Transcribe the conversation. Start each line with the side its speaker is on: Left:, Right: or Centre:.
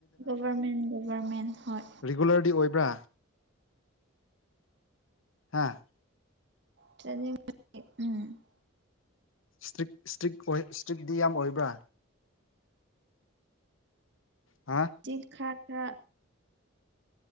Right: ꯒꯣꯚꯔꯃꯦꯟ ꯒꯣꯚꯔꯃꯦꯟ ꯍꯣꯏ
Left: ꯔꯤꯒꯨꯂꯔꯗꯤ ꯑꯣꯏꯕ꯭ꯔꯥ ꯍꯥꯥ
Right: ꯆꯠꯅꯤꯡ ꯎꯝ
Left: ꯏꯁꯇ꯭ꯔꯤꯛ ꯏꯁꯇ꯭ꯔꯤꯛ ꯑꯣꯏ ꯏꯁꯇ꯭ꯔꯤꯛꯇꯤ ꯌꯥꯝ ꯑꯣꯏꯕ꯭ꯔꯥ ꯍꯥ
Right: ꯏꯁꯇ꯭ꯔꯤꯛ ꯈꯔ ꯈꯔ